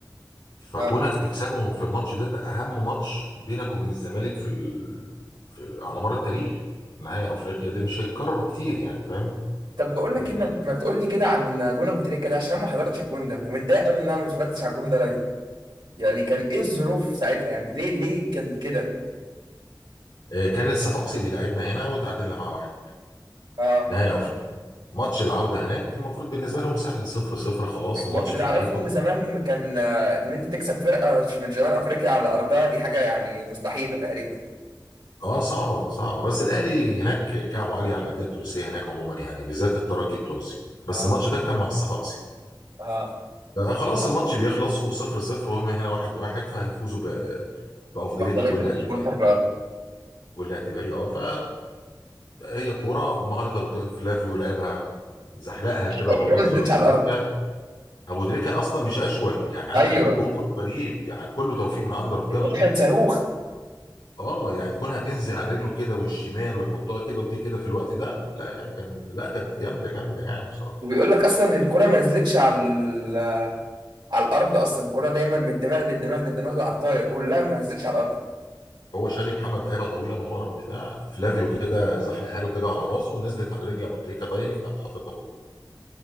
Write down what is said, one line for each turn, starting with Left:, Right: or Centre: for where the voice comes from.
Left: فكونك
Right: آه.
Left: تكسبهم في الماتش ده ده اهم ماتش بينك وبين الزمالك في, ال... في... على مر التاريخ نهائي افريقيا دي مش هيتكرر كتير يعني فاهم
Right: طب بقول
Left: يعني
Right: لك ايه ما, ما تقول لي كده عن جون ابو تريكه ده عشان انا ما حضرتش الجون ده ومتضايق قوي ان انا ما اتفرجتش على الجون ده لايف يعني كان ايه الظروف ساعتها يعني ليه ليه كان كده
Left: آه، كان الصفاقسي بيلعبنا هنا وتعادلنا مع واحد
Right: اه
Left: نهائي افريقيا ماتش العوده هناك المفروض بالنسبه لهم سهل صفر صفر خلاص الماتش
Right: واللي
Left: في
Right: اعرفه
Left: نهايته
Right: ان زمان كان آه، ان انت تكسب فرقه من شمال افريقيا على ارضها دي حاجه يعني مستحيله تقريبا
Left: اه صعبة صعبة بس الأهلي هناك كعبه عالي على الأندية التونسية هناك عموما يعني بالذات الترجي التونسي بس
Right: اه
Left: الماتش ده كان مع الصفاقسي
Right: اه
Left: آه خلاص الماتش بيخلص وصفر صفر وهم هنا واحد واحد فهيفوزوا ب- بأفضلية
Right: افضليه
Left: الجول الاعتباري
Right: الجون خارج الارض
Left: الجول الاعتباري اه ف هي كورة مهارة أبو تريكة فلافيو لعبها زحلقها كده
Right: الجون
Left: براسه
Right: ما نزلتش
Left: لأبو
Right: على
Left: تريكة
Right: الارض
Left: أبو تريكة أصلا مش أشول يعني عارف
Right: ايوه
Left: إن الجون كله غريب يعني كله توفيق من عند ربنا
Right: واحد صاروخ
Left: اه يعني كونها تنزل على رجله كده والشمال ويحطها كده وتيجي كده في الوقت ده لا يعني كان لا كانت جامده جامده يعني بصراحه
Right: وبيقول لك اصلا الكرة ما نزلتش على ال- على الارض اصلا الكرة دايما من الدماغ للدماغ للدماغ على الطاير كلها ما نزلتش على الارض
Left: هو شادي محمد لعبها طويله من ورا بالدفاع فلافيو كده زحلقها له كده على راسه ونزلت على رجل ابو تريكه دايركت قام حاططها في الجول